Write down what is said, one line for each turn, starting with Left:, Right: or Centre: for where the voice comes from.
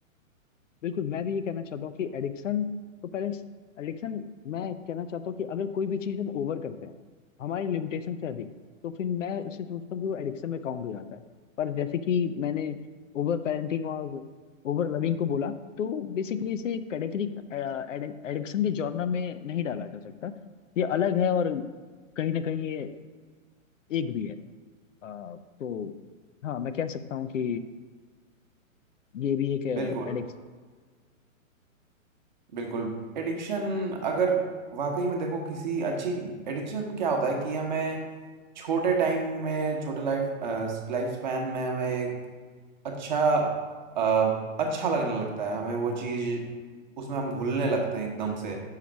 Left: बिल्कुल मैं भी ये कहना चाहता हूँ कि एडिक्शन तो पहले एडिक्शन मैं कहना चाहता हूँ कि अगर कोई भी चीज़ हम ओवर करते हैं हमारी लिमिटेशन से अधिक तो फिर मैं उसे सोचता हूँ कि वो एडिक्शन में काउंट हो जाता है पर जैसे कि मैंने ओवर पेरेंटिंग और ओवर लविंग को बोला तो बेसिकली इसे कैटेगरी एडिक्शन के जॉनर में नहीं डाला जा सकता ये अलग है और कहीं ना कहीं ये एक भी है अ, तो हाँ मैं कह सकता हूँ कि ये भी एक एडिक्स
Right: बिल्कुल बिल्कुल एडिक्शन अगर वाकई में देखो किसी अच्छी एडिक्शन क्या होता है कि हमें छोटे टाइम में छोटे लाइफ लाइफ स्पैन में हमें अच्छा अ, अच्छा लगने लगता है हमें वो चीज़ उसमें हम घुलने लगते हैं एकदम से